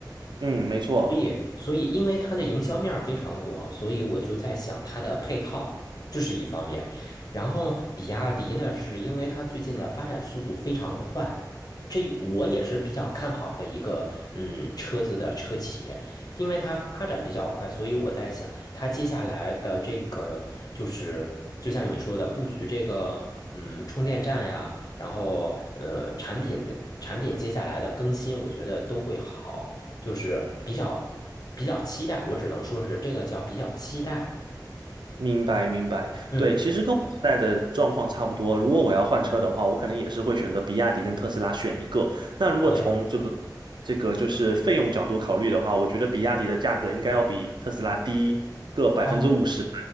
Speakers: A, on the right; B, on the left.
A: 嗯，没错，
B: 所以，所以因为它的营销面儿非常广，所以我就在想它的配套，这是一方面。然后，比亚迪呢，是因为它最近的发展速度非常快，这一我也是比较看好的一个嗯车子的车企，因为它发展比较快，所以我在想它接下来的这个就是就像你说的布局这个嗯充电站呀，然后呃产品的产品接下来的更新，我觉得都会好。就是比较比较期待，我只能说是这个叫比较期待。
A: 明白明白。
B: 嗯，
A: 对，其实跟我现在的状况差不多。如果我要换车的话，我可能也是会选择比亚迪跟特斯拉选一个。那如果从这个
B: 对，
A: 这个就是费用角度考虑的话，我觉得比亚迪的价格应该要比特斯拉低个百分之五十。
B: 哦